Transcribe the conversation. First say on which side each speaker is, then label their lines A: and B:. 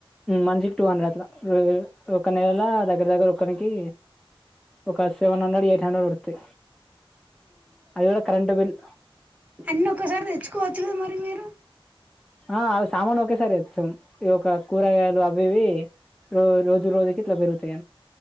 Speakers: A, in the centre; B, on the right (about 15°).
A: మనిషికి టూ హండ్రెడ్ అట్లా ఒక నెలల దగ్గర దగ్గర ఒకనికి ఒక సెవెన్ హండ్రెడ్ ఎయిట్ హండ్రెడ్ పడుతది అది కూడా కరెంటు బిల్
B: అన్నోక్కసారి దెచ్చుకోవచ్చు గద మరి మీరు
A: ఆ సామాను ఒకేసారి తెస్తాం ఈ ఒక కూరగాయలు అవి ఇవి రో రోజు రోజుకీ ఇట్లా పెరుగుతాయి